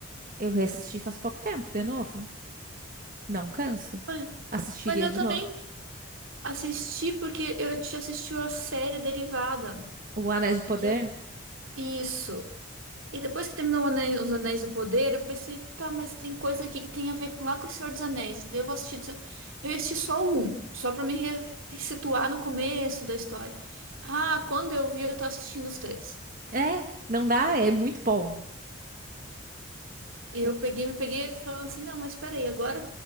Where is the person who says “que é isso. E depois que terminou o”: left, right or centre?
Right